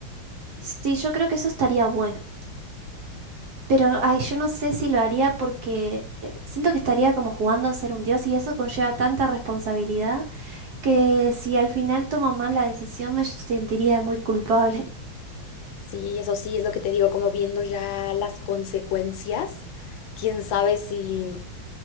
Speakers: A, on the right; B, on the left.
A: sí, yo creo que eso estaría bueno. Pero, ay, yo no sé si lo haría porque eh, siento que estaría como jugando a ser un dios y eso conlleva tanta responsabilidad que si al final tomo mal la decisión me sentiría muy culpable.
B: sí, eso sí es lo que te digo, como viendo ya las consecuencias, quién sabe si...